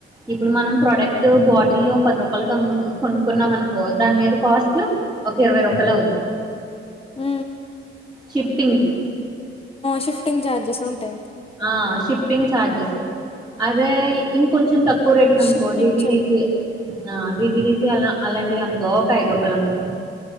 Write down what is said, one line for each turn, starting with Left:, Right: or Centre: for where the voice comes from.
Centre: ఇప్పుడు మనం ప్రోడక్ట్ <unintelligible> పది రూపయలకు కొనుక్కున్నాం అనుకో దాని మీద కాస్ట్ ఒక ఇరవై రూపాయలు అవ్వుది
Left: ఉ
Centre: షిఫ్టింగ్కి
Left: షిఫ్టింగ్ చార్జెస్ ఉంటాయి
Centre: ఆషిఫ్టింగ్ చార్జెస్ అదే ఇంకొంచెం తక్కువ రేటు కనుకో
Left: షిఫ్టింగ్
Centre: డిటిడిసి
Left: ఛార్జ్
Centre: ఆ డిటిడిసి అలా అలాంటియి అనుకో ఒక ఐదు రూపాయలు అనుకో